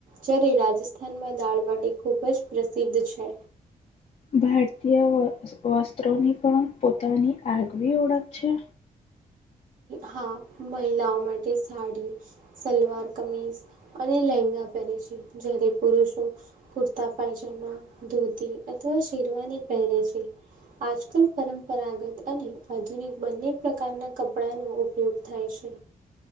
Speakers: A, on the right; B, on the left.
A: જ્યારે રાજસ્થાનમાં દાળબાટી ખૂબ જ પ્રસિદ્ધ છે
B: ભારતીય વસ્ત્રોની પણ પોતાની આગવી ઓળખ છે
A: હા મહિલાઓ માટે સાડી સલવાર કમીજ અને લેંગા પહેરે છે જય્યારે પુરુષો કુર્તા પાયજમા ધોતી અથવા શેરવાની પહેરે છે આજકલ પરંપરાગત અને આધુનિક બંને પ્રકારના કપડાનોો ઉપયોગ થાય છે